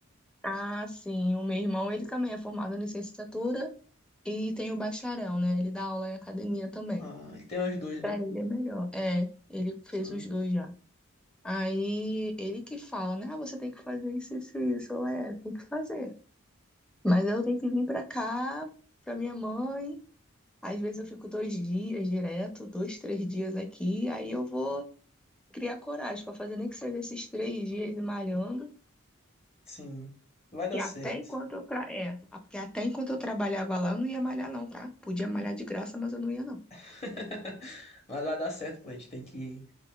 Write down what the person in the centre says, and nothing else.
Ah, sim, o meu irmão, ele também é formado em licenciatura E tem o bacharel, né? Ele dá aula em academia também.
Pra
ele é melhor. É, ele fez
os dois já. Aí ele que fala, né? Ah, você tem que fazer isso, isso, isso. Eu, é, tem que fazer. Mas eu tenho que vir pra cá, pra minha mãe. Às vezes eu fico dois dias direto, dois, três dias aqui. Aí eu vou criar coragem pra fazer nem que seja esses três dias malhando.
Que
até enquanto eu tra... é, porque até enquanto eu trabalhava lá, eu não ia malhar, não, tá? Podia malhar de graça, mas eu não ia, não.